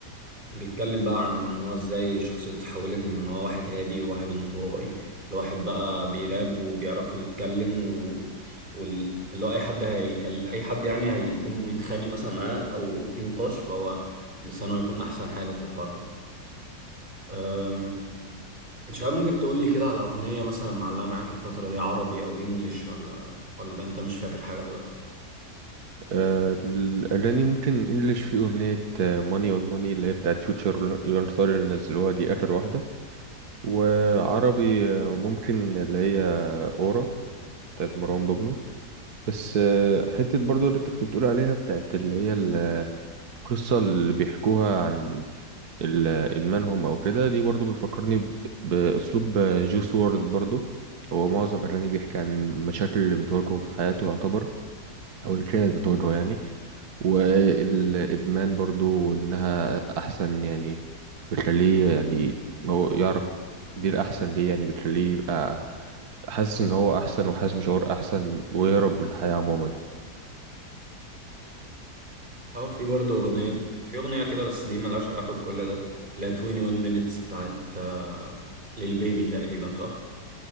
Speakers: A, on the right; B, on the right.
A: بيتكلم بقى عن ان هو ازاي شخصيته اتحولت من ان هو واحد هادي وواحد انطوائي لواحد بقى بيراب وبيعرف يتكلم و... وال... اللي هو اي حد هيكل... اي حد يعني هيكون بيتخانق مثلا معاه او في نقاش فهو لسانه هيكون احسن حاجة في الحوار ده انت شباب ممكن تقول لي كده على اغنيه مثلا معلقه معاك الفتره دي عربي او انجليش ولا ولا انت مش فاكر حاجه دلوقتي
B: آه، ال- الأغاني ممكن انجلش في أغنية ماني اون ماني اللي هي بتاعت فيوتشر يورن ثوري اللي نزلوها دي آخر واحدة وعربي آه، ممكن اللي هي أورا بتاعت مروان بابلو بس آه، حتة برضو اللي انت كنت بتقول عليها بتاعت اللي هي ال- القصة اللي بيحكوها عن ال- ادمانهم او كده دي برضو بيفكرني ب- باسلوب جوس وورلد برضو هو معظم اغانيه بيحكي عن المشاكل اللي بتواجهه في حياته يعتبر او اللي كانت بتواجهه يعني والادمان برضو انها احسن يعني بتخليه يعني هو يعرف دي الاحسن ليه يعني بتخليه يبقى حاسس ان هو احسن وحاسس بشعور احسن ويهرب من الحياة عموما
A: اه في برضه اغنيه في اغنيه كده بس دي ملهاش علاقه بكل ده لا 21 minutes بتاعت آه، للبيبي تقريبا صح